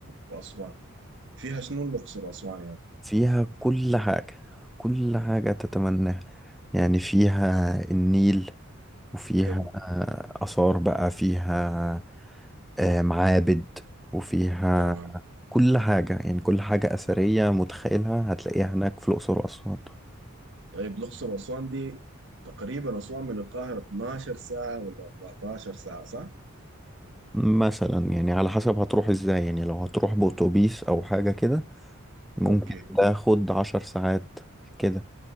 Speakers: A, on the right; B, in the centre.
A: واسوان فيها شنو الاقصر واسوان يا
B: فيها كل حاجة كل حاجة تتمناها يعني فيها النيل وفيها
A: حلو
B: آه، آثار بقى فيها آه، معابد وفيها
A: تمام
B: كل حاجة يعني كل حاجة أثرية متخيلها هتلاقيها هناك في الأقصر وأسوان
A: طيب الاقصر واسوان دي تقريبا اسوان من القاهرة 12 ساعة ولا 14 ساعة صح؟
B: مثلا يعني على حسب هتروح ازاي يعني لو هتروح بأتوبيس أو حاجة كده ممكن
A: اوكي
B: تاخد عشر ساعات كده